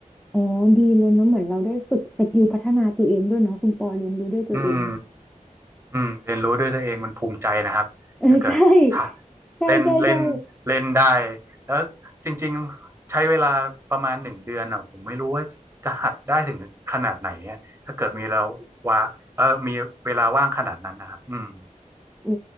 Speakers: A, in the centre; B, on the right.
A: อ๋อดีเลยเนาะเหมือนเราได้ฝึกสกิลพัฒนาตัวเองด้วยเนาะคุณปอเรียนรู้ด้วยตัวเอง
B: อืม อืมเรียนรู้ด้วยตัวเองมันภูมิใจนะครับถ้าเกิดถ้า
A: <laughs> เออใช่ใช่ใช่ใช่
B: เล่นเล่นเล่นได้แล้วจริงๆใช้เวลาประมาณหนึ่งเดือนอ่ะผมไม่รู้ว่าจะหัดได้ถึงขนาดไหนอะถ้าเกิดมีเราว่าเออมีเวลาว่างขนาดนั้นนะครับอืม
A: โอ้